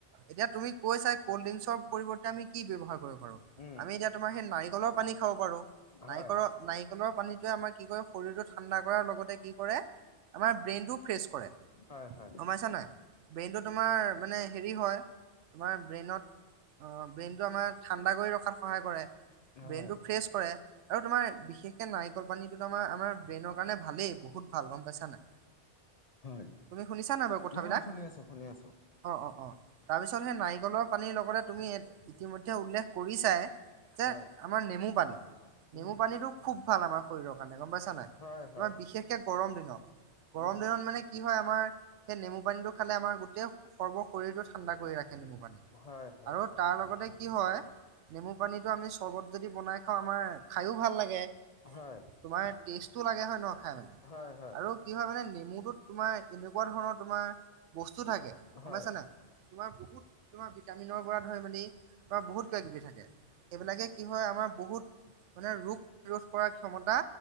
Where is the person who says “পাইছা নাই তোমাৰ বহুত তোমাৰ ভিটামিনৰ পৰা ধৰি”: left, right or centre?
Right